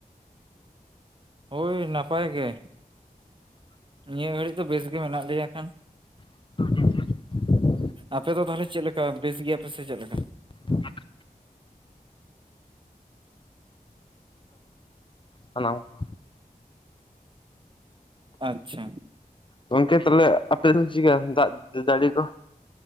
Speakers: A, on the right; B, on the left.
A: ᱦᱳᱭ ᱱᱟᱯᱟᱭ ᱜᱮ ᱱᱤᱭᱟᱹ ᱜᱷᱟᱹᱲᱤᱡ ᱫᱚ ᱵᱮᱥ ᱜᱮ ᱢᱮᱱᱟᱜ ᱞᱮᱭᱟ ᱠᱷᱟᱱ
B: <unintelligible>
A: ᱟᱯᱮ ᱫᱚ ᱛᱟᱦᱚᱞᱮ ᱪᱮᱫ ᱞᱮᱠᱟ ᱵᱮᱥ ᱜᱮᱭᱟᱯᱮ ᱥᱮ ᱪᱮᱫ ᱞᱮᱠᱟ
B: <unintelligible> <inaudible> ᱥᱟᱱᱟᱢ ᱠᱚ
A: ᱟᱪᱪᱷᱟ
B: ᱜᱚᱝᱠᱮ ᱛᱟᱦᱚᱞᱮ ᱟᱯᱮ ᱫᱚ ᱡᱤᱲᱟᱝ <unintelligible> ᱫᱟᱜ ᱫᱟᱲᱤ ᱠᱚ